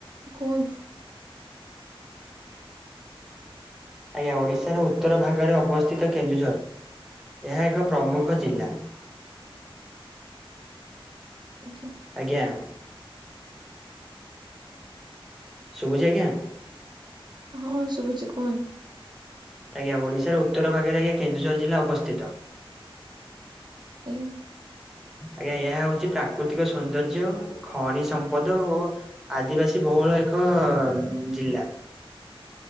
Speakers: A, on the right; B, in the centre.
A: କୁହନ୍ତୁ?
B: ଆଜ୍ଞା ଓଡିଶାର ଉତ୍ତର ଭାଗରେ ଅବସ୍ଥିତ କେନ୍ଦୁଝର ଏହା ଏକ ପ୍ରମୁଖ ଜିଲ୍ଲା।
A: ଆଜ୍ଞା।
B: ଆଜ୍ଞା। ସବୁଚି ଆଜ୍ଞା।
A: ହଁ ଶୁବୁଚି କୁହନ୍ତୁ?
B: ଆଜ୍ଞା ଓଡିଶାର ଉତ୍ତର ଭାଗରେ ଆଜ୍ଞା କେନ୍ଦୁଝର ଜିଲ୍ଲା ଅବସ୍ଥିତ।
A: ଆଜ୍ଞା।
B: ଆଜ୍ଞା ଏହା ହଉଛି ପ୍ରାକୃତିକ ସୌନ୍ଦର୍ଯ୍ୟ ଖଣି ସମ୍ପଦ ଓ ଆଦିବାସୀ ବହୁଳ ଏକ ଜିଲ୍ଲା।